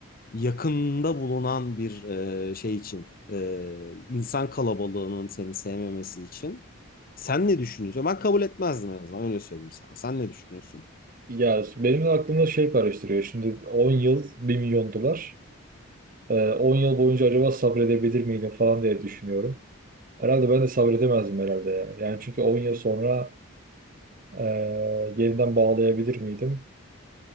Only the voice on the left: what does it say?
yakında bulunan bir e, şey için e, insan kalabalığının seni sevmemesi için sen ne düşünüyorsun? Ben kabul etmezdim en azından öyle söyleyeyim sana. Sen ne düşünüyorsun?